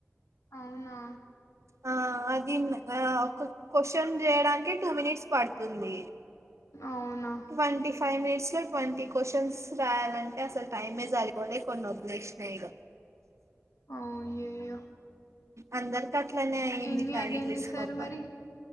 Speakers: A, on the left; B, on the right.
A: అవునా
B: ఆ అదిీ అ ఒక కొసెన్ చేయడానికి టూ మినిట్స్ పడుతుంది తుంది
A: అవునా
B: ట్వంటిఫైవ్ మినిట్స్ స్వల్‌ <unintelligible> ట్వంటి కొసెన్స్ రాయాలంటే అసలు టైమేసరిపోలేకొన్నివదిలేసినఇగ
A: అయ్యయో
B: అందరికి అట్లనే అయింది
A: ఎన్ని
B: టైం
A: అటెండ్
B: చూసుకోక
A: చేశారు మరి